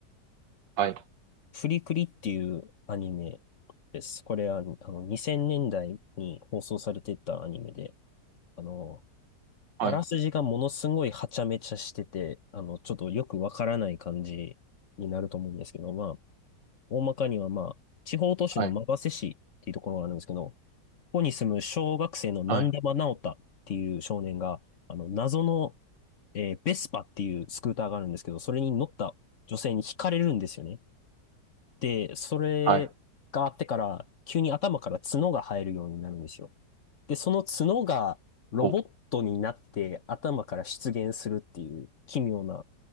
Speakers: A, on the right; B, on the left.
A: はい、
B: フリクリっていうアニメです。これは、あの、2000年代に放送されてたアニメで、あの、
A: はい、
B: あらすじがものすごいはちゃめちゃしてて、あの、ちょっとよくわからない感じになると思うんですけど、まあ、大まかにはまあ、地方都市の馬瀬市っていうところがあるんですけど、
A: はい、
B: ここに住む小学生の南玉直太っていう少年が、
A: はい、
B: あの、謎の、えーベスパっていうスクーターがあるんですけど、それに乗った女性に惹かれるんですよね。で、それがあってから、
A: はい。
B: 急に頭から角が生えるようになるんですよ。で、その角がロボットになって頭から出現するっていう奇妙な
A: おう、